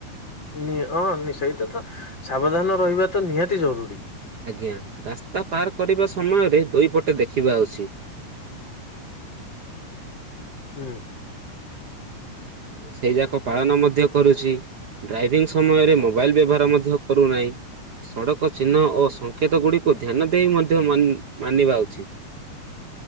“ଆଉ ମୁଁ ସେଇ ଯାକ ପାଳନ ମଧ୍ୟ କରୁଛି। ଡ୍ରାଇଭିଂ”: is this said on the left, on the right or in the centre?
Right